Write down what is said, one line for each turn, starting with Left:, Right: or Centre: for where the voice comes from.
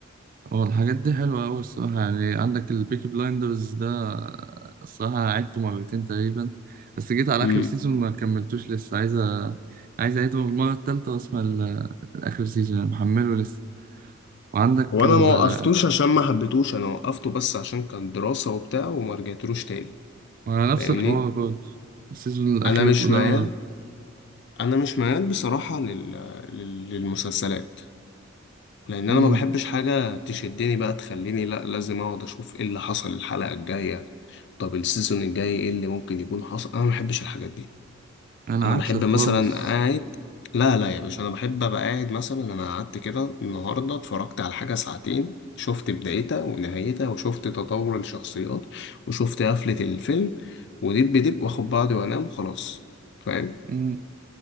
Right: اه الحاجات دي حلوة أوي الصراحة يعني عندك البيكي بلايندرز ده آه، الصراحة عدته مرتين تقريبا بس جيت على
Left: امم
Right: آخر سيزون ما كملتوش لسه عايز أ- عايز أعيده المرة التالتة وأسمع ال- الآخر سيزون أنا محمله لسه وعندك
Left: وانا
Right: ال...
Left: ما وقفتوش عشان ما حبيتوش انا وقفته بس عشان كان دراسة وبتاع وما رجعتلوش تاني
Right: وعلى نفس
Left: فاهمني
Right: الحوار برضه السيزون الأخير
Left: انا مش ميال
Right: ده ما-
Left: انا مش ميال بصراحة لل... لل... للمسلسلات لان انا
Right: مم.
Left: ما بحبش حاجة تشدني بقى تخليني لا لازم اقعد اشوف ايه اللي حصل الحلقة الجاية طب السيزون الجاي ايه اللي ممكن يكون حصل انا ما بحبش الحاجات دي
Right: انا
Left: انا
Right: عكسك
Left: بحب
Right: خالص
Left: مثلا قاعد لا لا يا باشا انا بحب ابقى قاعد مثلا انا قعدت كده النهارده اتفرجت على حاجه ساعتين شفت بدايتها ونهايتها وشفت تطور الشخصيات وشفت قفله الفيلم ودب دب واخد بعضي وانام وخلاص فاهم
Right: مم.